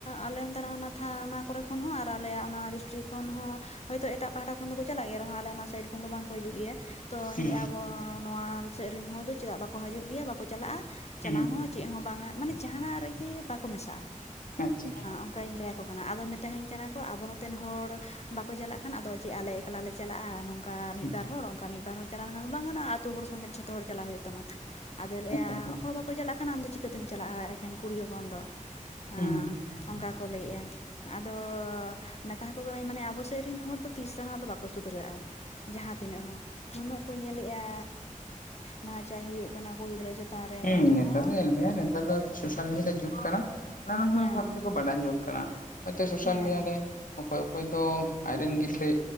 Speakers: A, on the left; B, on the left.
A: ᱟᱞᱮ ᱚᱱᱛᱮᱱᱟᱜ ᱚᱱᱟ ᱛᱟᱱᱟ ᱠᱚᱨᱮ ᱠᱷᱚᱱ ᱦᱚᱸ ᱟᱨ ᱟᱞᱮᱭᱟᱜ ᱚᱱᱟ ᱰᱤᱥᱴᱤᱠ ᱠᱷᱚᱱ ᱦᱚᱸᱚᱸ᱾ ᱦᱳᱭᱛᱳ ᱮᱴᱟᱜ ᱯᱟᱦᱴᱟ ᱠᱷᱚᱱ ᱫᱚᱠᱚ ᱪᱟᱞᱟᱜ ᱜᱮᱭᱟ ᱨᱮᱦᱚᱸ ᱟᱞᱮ ᱚᱱᱟ ᱥᱟᱭᱤᱴ ᱠᱷᱚᱱ ᱫᱚ ᱵᱟᱝᱠᱚ ᱦᱤᱡᱩᱜ ᱜᱮᱭᱟ᱾ ᱛᱚ ᱞᱟᱹᱭᱮᱫᱼᱟ
B: ᱦᱩᱸ
A: ᱟᱵᱚ ᱱᱚᱣᱟ ᱥᱮᱫ ᱨᱮᱱ ᱦᱚᱲ ᱫᱚ ᱪᱮᱫᱟᱜ ᱵᱟᱠᱚ ᱦᱤᱡᱩᱜ ᱜᱮᱭᱟ ᱵᱟᱠᱚ ᱪᱟᱞᱟᱜᱼᱟ
B: ᱦᱩᱸ
A: ᱪᱟᱞᱟᱣ ᱦᱚᱸ᱾ ᱪᱮᱫ ᱦᱚᱸ ᱵᱟᱝᱟ ᱢᱟᱱᱮ ᱡᱟᱦᱟᱱᱟᱜ ᱨᱮᱜᱮ ᱵᱟᱠᱚ ᱢᱮᱥᱟᱜᱼᱟ
B: ᱟᱪᱪᱷᱟ
A: ᱚᱱᱠᱟᱧ ᱞᱟᱹᱭᱟᱠᱚ ᱠᱟᱱᱟ ᱟᱫᱚ᱾ ᱛᱮᱦᱮᱧ ᱠᱟᱱᱟ ᱠᱚ ᱟᱵᱚ ᱱᱚᱛᱮᱱ ᱦᱚᱲ ᱵᱟᱠᱚ ᱪᱟᱞᱟᱜ ᱠᱷᱟᱱ ᱟᱫᱚ ᱪᱮᱫ ᱟᱞᱮ ᱮᱠᱮᱞᱟ ᱞᱮ ᱪᱟᱞᱟᱜᱼᱟ ᱱᱚᱝᱠᱟ ᱢᱤᱫ
B: ᱦᱩᱸ
A: ᱵᱟᱨ ᱦᱚᱲ ᱚᱱᱠᱟ ᱢᱤᱫ ᱵᱟᱨ ᱦᱚᱲ ᱪᱟᱞᱟᱣ ᱞᱮᱠᱷᱟᱱ ᱵᱟᱝ ᱜᱟᱱᱚᱼᱟ ᱟᱹᱛᱩᱳ ᱦᱚᱲ ᱥᱚᱢᱮᱛ ᱡᱚᱛᱚ ᱦᱚᱲ ᱪᱟᱞᱟᱣ ᱦᱩᱭᱩᱜᱼᱟ᱾ ᱛᱟᱢᱟ ᱟᱫᱚᱭ ᱞᱟᱹᱭᱼᱟ
B: ᱮᱠᱟᱞ ᱜᱮ
A: ᱦᱚᱲ ᱵᱟᱠᱚ ᱪᱟᱞᱟᱜ ᱠᱷᱟᱱ ᱟᱢᱫᱚ ᱪᱤᱠᱟᱹᱛᱮᱢ ᱪᱟᱞᱟᱜᱼᱟ ᱮᱠᱷᱮᱱ ᱠᱩᱲᱤ ᱦᱚᱯᱚᱱ ᱫᱚ᱾ ᱟᱸ
B: ᱦᱮᱸ
A: ᱚᱱᱠᱟ ᱠᱚ ᱞᱟᱹᱭᱮᱜᱼᱟ ᱟᱫᱚ ᱢᱮᱛᱟᱠᱚ ᱠᱟᱹᱱᱟᱹᱧ ᱢᱟᱱᱮ ᱟᱵᱚ ᱥᱮᱫ ᱨᱮᱱ ᱦᱚᱲ ᱫᱚ ᱛᱤᱥ ᱨᱮᱦᱚᱸ ᱟᱫᱚ ᱠᱚ ᱥᱩᱫᱷᱨᱟᱹᱜᱼᱟ ᱡᱟᱦᱟᱸ ᱛᱤᱱᱟᱹᱜ ᱨᱮᱦᱚᱸ ᱱᱩᱱᱟᱹᱜ ᱠᱚ ᱧᱮᱞᱮᱜᱼᱟ᱾ ᱱᱟᱦᱟᱪᱟᱨ ᱦᱩᱭᱩᱜ ᱠᱟᱱᱟ ᱠᱩᱲᱤ ᱜᱤᱫᱽᱨᱟᱹ ᱪᱮᱛᱟᱱ ᱨᱮ
B: ᱦᱮᱸ
A: ᱮᱱ ᱨᱮᱦᱚᱸ
B: ᱱᱮᱛᱟᱨ ᱫᱚ ᱧᱮᱞ ᱢᱤᱭᱟᱭ ᱱᱮᱛᱟᱨ ᱫᱚ᱾ ᱥᱳᱥᱟᱞ ᱢᱤᱰᱤᱭᱟ ᱨᱮ ᱡᱩᱜᱽ ᱠᱟᱱᱟ ᱱᱟᱱᱟᱦᱩᱱᱟᱨ
A: ᱦᱮᱸ
B: ᱵᱷᱟᱵ ᱛᱮᱠᱚ ᱵᱟᱰᱟᱭ ᱟᱡᱚᱝ ᱠᱟᱱᱟ ᱦᱚᱭᱛᱳ ᱥᱳᱥᱟᱞ
A: ᱦᱮᱸ
B: ᱢᱤᱰᱤᱭᱟ ᱨᱮ᱾ ᱚᱠᱚᱭ ᱚᱠᱚᱭ ᱫᱚ ᱟᱡᱨᱮᱱ ᱜᱤᱫᱽᱨᱟᱹᱭ